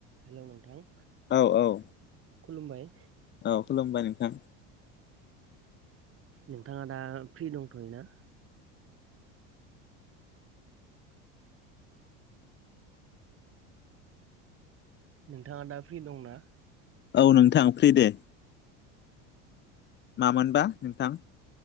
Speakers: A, on the right; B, on the left.
A: हेल' नोंथां?
B: औ औ
A: खुलुमबाय
B: औ खुलुमबाय नोंथां
A: नोंथाङा दा फ्रि दंथ'यो ना? नोंथाङा दा फ्रि दंना?
B: औ नोंथां फ्रि दे मामोनबा नोंथां